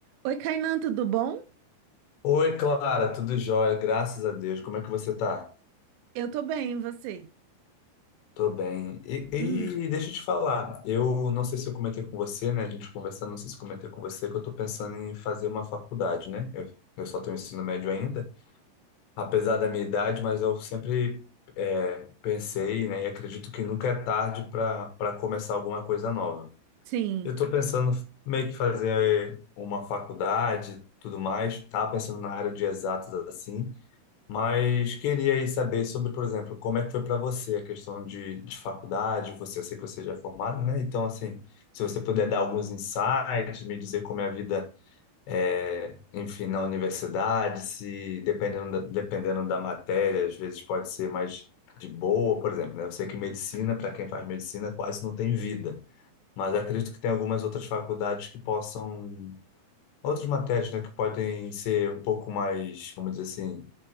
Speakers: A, on the right; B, on the left.
A: Oi, Kainan, tudo bom?
B: Oi, Clara, tudo jóia, graças a Deus. Como é que você tá?
A: Eu tô bem, e você?
B: Tô bem. E,
A: Hum,
B: e deixa eu te falar, eu não sei se eu comentei com você, né? A gente conversando, não sei se eu comentei com você, que eu tô pensando em fazer uma faculdade, né? Eu, eu só tenho ensino médio ainda, apesar da minha idade, mas eu sempre é, pensei, né? E acredito que nunca é tarde para para começar alguma coisa nova.
A: sim,
B: Eu tô pensando meio que fazer uma faculdade, tudo mais. Tava pensando na área de exatas assim. Mas queria aí saber sobre, por exemplo, como é que foi para você a questão de, de faculdade. Você, eu sei que você já é formado, né? Então, assim, se você puder dar alguns insights, me dizer como é a vida, é, enfim, na universidade, se dependendo da, dependendo da matéria, às vezes pode ser mais de boa, por exemplo, né? Eu sei que medicina, para quem faz medicina, quase não tem vida. Mas acredito que tem algumas outras faculdades que possam, outras matérias, né, que podem ser um pouco mais, vamos dizer assim